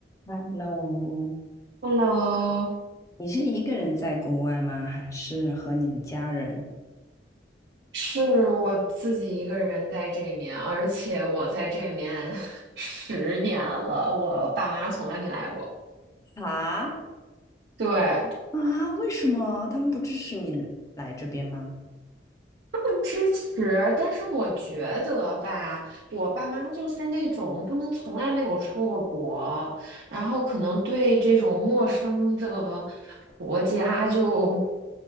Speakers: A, on the left (about 20°); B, on the right (about 75°).
A: Hello，
B: Hello，
A: 你是一个人在国外吗？还是和你的家人？
B: 是我自己一个人在这面，而且我在这面 <laughs> 十年了，我爸妈从来没来过。
A: 啊，
B: 对，他
A: 啊，为什么他们不支持你来这边吗？
B: 们支持，但是我觉得吧，我爸妈就是那种他们从来没有出过国，然后可能对这种陌生的国家就